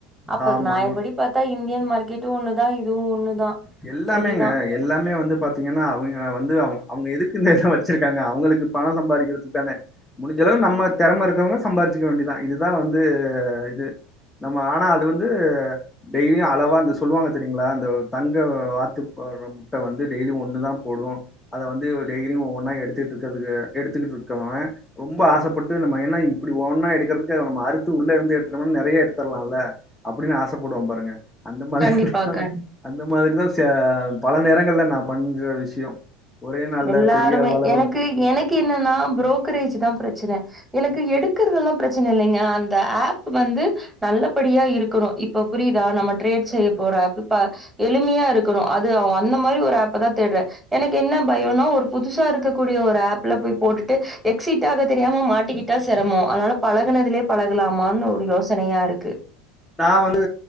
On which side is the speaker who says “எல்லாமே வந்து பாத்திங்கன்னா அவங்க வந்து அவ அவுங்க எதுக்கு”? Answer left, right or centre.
Left